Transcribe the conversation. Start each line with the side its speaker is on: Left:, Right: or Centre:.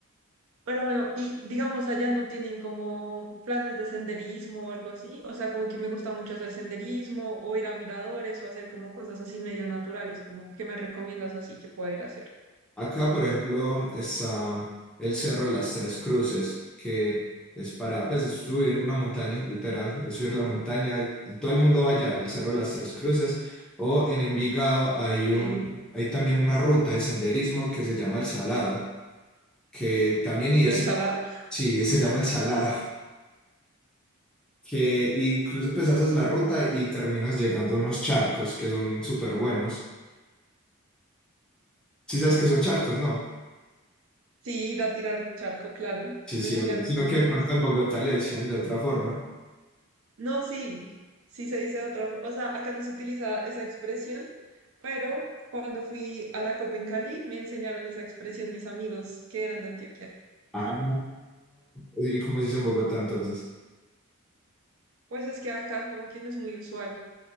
Right: Pero bueno, y digamos allá no tienen como planes de senderismo o algo así. O sea, como que me gusta mucho hacer senderismo o ir a miradores o hacer como cosas así medio naturales, como que me recomiendas así que pueda ir a hacer.
Centre: Acá, por ejemplo, está el Cerro de las Tres Cruces, que es para, pues, es subir una montaña, literal, es subir la montaña. Todo el mundo va allá, el Cerro de las Tres Cruces. O en Envigado hay un,
Right: Sí,
Centre: hay también una ruta de senderismo que se llama El Salado, que también, y es,
Right: el salado.
Centre: sí, se llama El Salado. que incluso pues haces la ruta y terminas llegando a unos charcos que son súper buenos. Si sabes que son charcos, no.
Right: Sí, ir a tirar charco, claro.
Centre: Sí,
Right: Me
Centre: sí,
Right: enseñaron
Centre: obvio. Sino
Right: mis amigos.
Centre: que de pronto en Bogotá le decían de otra forma.
Right: No, sí, sí se dice de otra forma. O sea, acá no se utiliza esa expresión, pero cuando fui a la COP en Cali me enseñaron esa expresión mis amigos que eran de Antioquia.
Centre: Ah,
Right: <laughs>
Centre: ¿y cómo se dice en Bogotá entonces?
Right: Pues es que acá como que no es muy usual